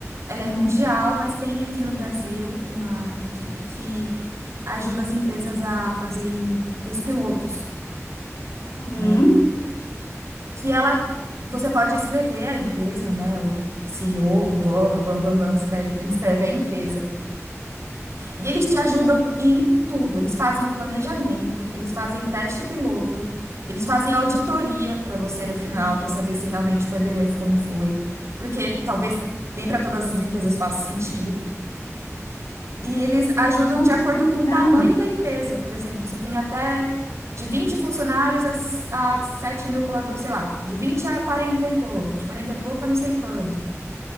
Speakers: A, on the right; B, on the left.
A: ela é mundial, mas tem aqui no Brasil uma equipe que ajuda as empresas a fazerem os pilotos,
B: Uhum.
A: né? Que ela, você pode escrever a empresa, né? O CEO, o o dono, o bam, bam, bam, escreve, inscreve a empresa. E eles te ajudam em tudo. Eles fazem o planejamento, eles fazem o teste piloto, eles fazem a auditoria para você no final, para saber se realmente foi benéfico ou não foi. Porque talvez nem para todas as empresas faça sentido. E eles ajudam
B: Nossa,
A: de acordo
B: que legal!
A: com o tamanho da empresa. Por exemplo, se eu tenho até de 20 funcionários a, s- a 7 mil colaboradores, sei lá, de 20 a 40 e pouco, de 40 e pouco a não sei quanto.